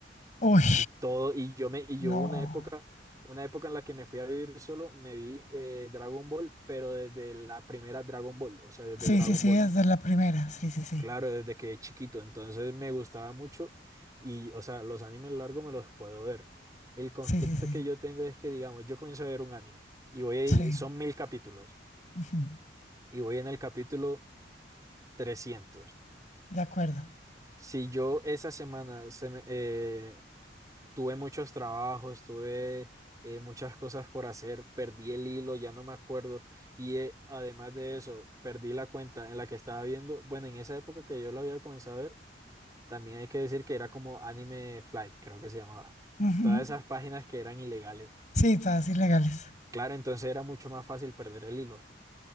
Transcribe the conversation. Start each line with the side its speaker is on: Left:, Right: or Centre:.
Left: Uy,
Right: y todo, y yo me, y
Left: no.
Right: yo hubo una época, una época en la que me fui a vivir solo, me vi eh, Dragon Ball, pero desde la primera Dragon Ball, o sea, desde
Left: Sí,
Right: Dragon
Left: sí, sí,
Right: Ball,
Left: es de la primera, sí, sí, sí,
Right: claro, desde que chiquito, entonces me gustaba mucho y, o sea, los animes largos me los puedo ver. El conflicto
Left: sí, sí, sí,
Right: que yo tengo es que, digamos, yo comienzo a ver un anime y voy,
Left: sí,
Right: son mil capítulos
Left: ujú,
Right: y voy en el capítulo 300.
Left: De acuerdo.
Right: Si yo esa semana se me- eh, tuve muchos trabajos, tuve eh, muchas cosas por hacer, perdí el hilo, ya no me acuerdo. Y eh, además de eso, perdí la cuenta en la que estaba viendo. Bueno, en esa época que yo lo había comenzado a ver, también hay que decir que era como Anime Flight, creo que se llamaba.
Left: Ujú.
Right: Todas esas páginas que eran ilegales.
Left: Sí, todas ilegales,
Right: Claro, entonces era mucho más fácil perder el hilo.